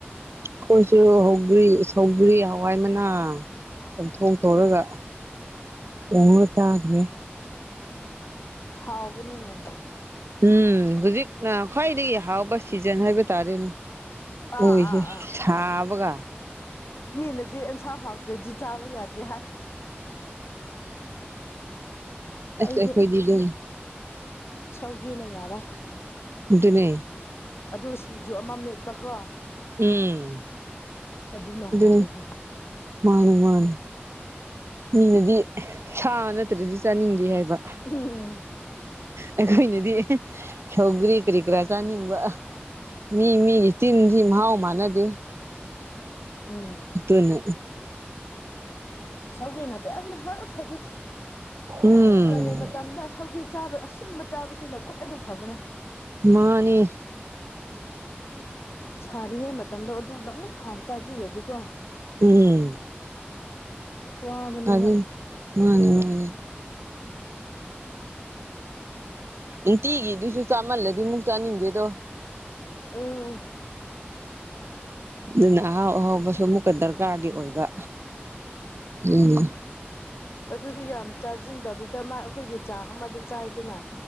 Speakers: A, on the right; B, on the left.
A: ꯑꯩꯈꯣꯏꯁꯨꯒꯔꯤ ꯁꯧꯒ꯭ꯔꯤ ꯍꯋꯥꯏ ꯃꯅꯥ ꯆꯝꯊꯣꯛꯊꯔꯒ ꯍ ꯇꯒꯦ
B: ꯍꯥꯎꯕꯅꯤꯅꯦ
A: ꯎꯝ ꯍꯧꯖꯤꯛ ꯈ꯭ꯋꯥꯏꯗꯒꯤ ꯍꯥꯎꯕ ꯁꯤꯖꯟ ꯍꯥꯏꯕ ꯇꯥꯔꯦꯅꯦ
B: ꯑꯥ
A: ꯑꯣꯏ
B: ꯑꯥ ꯑꯥ
A: ꯁꯥꯥꯕꯒ
B: ꯃꯤꯅꯗꯤ ꯑꯦꯟꯁꯥꯡ ꯍꯥꯎꯇꯦꯗꯤ ꯆꯥꯕ ꯌꯥꯗꯦ ꯍꯥꯏ
A: ꯑꯁꯈꯣꯏꯗꯤꯗ
B: ꯑꯩꯗꯤ ꯁꯧꯒ꯭ꯔꯤꯅ ꯌꯥꯔꯦ
A: ꯑꯗꯨꯅꯦꯩ
B: ꯑꯗꯨ ꯁꯤꯡꯖꯨ ꯑꯃ ꯃꯦꯠꯄꯀꯣ
A: ꯎꯝ
B: ꯑꯗꯨꯖꯤꯅ
A: ꯑꯗꯨꯅꯤ
B: ꯍꯥꯕ ꯍꯥꯏꯦꯅ
A: ꯃꯥꯅꯦ ꯃꯥꯅꯦ ꯃꯤꯅꯗꯤ ꯁꯥ ꯅꯠꯇ꯭ꯔꯗꯤ ꯆꯥꯅꯤꯡꯗꯦ ꯍꯥꯏꯕ
B: ꯎꯝ ꯎꯝ
A: ꯑꯩꯈꯣꯏꯅꯗꯤ ꯁꯧꯒꯔꯤ ꯀꯔꯤ ꯀꯔꯥ ꯆꯥꯅꯤꯡꯕ ꯃꯤ ꯃꯤꯒꯤ ꯆꯤꯟꯁꯤ ꯃꯍꯥꯎ ꯃꯥꯥꯟꯅꯗꯤꯦ
B: ꯎꯝ
A: ꯎꯠꯇꯅ
B: ꯁ ꯂꯩꯅ ꯄꯅ ꯍꯔ ꯁꯕꯖꯦꯛ
A: ꯎꯝ
B: ꯀ ꯃꯇꯝꯗ ꯁꯧꯒꯤ ꯆꯥꯕ ꯑꯁꯤꯟꯕ ꯆꯥꯕꯁꯤꯅ ꯈ꯭ꯋꯥꯏꯗꯒꯤꯩ ꯐꯕꯅꯦ
A: ꯃꯥꯅꯤ
B: ꯁꯥꯔꯤꯉꯩ ꯃꯇꯝꯗꯣ ꯑꯗꯨꯗ ꯑꯃꯨꯛ ꯊꯥꯎ ꯆꯥꯖꯂꯦ ꯑꯗꯨꯒꯀꯣ
A: ꯎꯝ
B: ꯋꯥꯕꯅꯦꯕ
A: ꯑ ꯃꯥꯅꯤ ꯃꯥꯅꯤ ꯅꯨꯡꯇꯤꯒꯤꯗꯨꯁꯨ ꯆꯥꯃꯜꯂꯗꯤ ꯃꯨꯛ ꯆꯥꯅꯤꯡꯗꯦꯗꯣ
B: ꯎꯝ
A: ꯑꯗꯨꯅ ꯑꯍꯥꯎ ꯑꯍꯥꯎꯕꯁꯨ ꯑꯃꯨꯛꯀ ꯗꯔꯀꯥꯔꯗꯤ ꯑꯣꯏꯕ ꯎꯝ
B: ꯑꯗꯨꯁꯨ ꯌꯥꯝ ꯆꯥꯁꯤꯟꯗꯕꯤꯗ ꯃꯥ ꯑꯩꯈꯣꯏꯒꯤ ꯆꯥꯛ ꯑꯃꯗ ꯆꯥꯏꯗꯅ